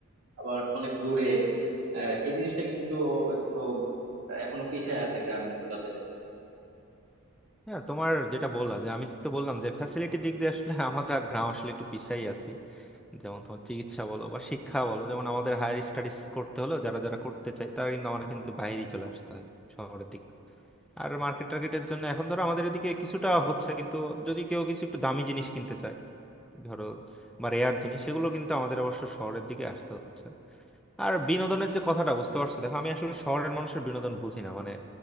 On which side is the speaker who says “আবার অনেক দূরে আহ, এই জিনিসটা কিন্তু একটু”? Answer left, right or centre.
Right